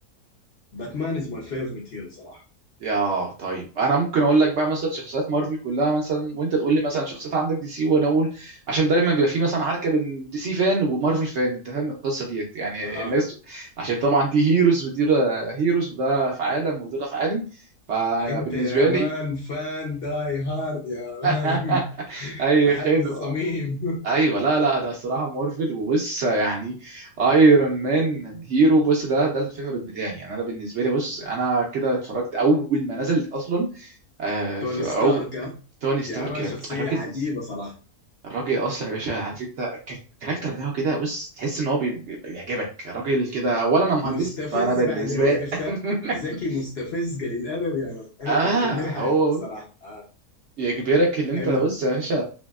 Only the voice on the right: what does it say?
يا طيب انا ممكن اقول لك بقى مثلا شخصيات مارفل كلها مثلا وانت تقول لي مثلا شخصيات عندك دي سي وانا اقول عشان دايما بيبقى في مثلا عركه بين دي سي فان ومارفل فان انت فاهم القصه ديت يعني
الناس عشان طبعا دي هيروز ودي هيروز وده في عالم وده في عالم فبالنسبه
لي
<laughs>
اي
خدمه
ايوه لا لا انا الصراحه مارفل وبص يعني ايرون مان هيرو بص ده ده الفيفوريت بتاعي يعني انا بالنسبه لي بص انا كده اتفرجت اول ما نزل اصلا آه،
في
توني ستارك
يا
ب- الراجل
الراجل اصلا يا باشا عارف انت الك- الكاركتر بتاعه كده بص تحس ان هو بي- بي- بيعجبك راجل كده اولا انا مهندس
فانا بالنسبه
لي <laughs>
اه
هو
يجبرك اللي انت
بص يا باشا